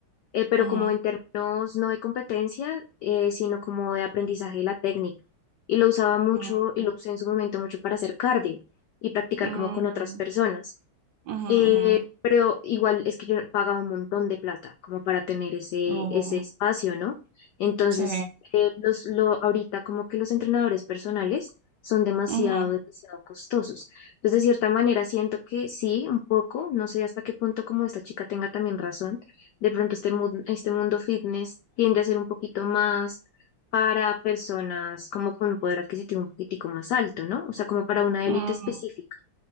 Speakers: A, on the left (about 80°); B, on the right (about 70°).
A: eh, pero
B: ujú,
A: como en términos no de competencia, eh, sino como de aprendizaje de la técnica. Y lo usaba mucho
B: ujú,
A: y lo usé en su momento mucho para hacer cardio y practicar
B: ujú,
A: como con otras
B: ujú.
A: personas.
B: Ujú,
A: Eh,
B: ujú.
A: pero igual es que yo pagaba un montón de plata como para tener ese,
B: Uh,
A: ese espacio, ¿no? Entonces,
B: sí.
A: eh, los, lo, ahorita como que los entrenadores personales son demasiado,
B: Ujú.
A: demasiado costosos. Entonces, de cierta manera, siento que sí, un poco, no sé hasta qué punto como esta chica tenga también razón, de pronto este, mu- este mundo fitness tiende a ser un poquito más para personas como con un poder adquisitivo un poquitico más alto, ¿no? O sea, como para una élite
B: Mm,
A: específica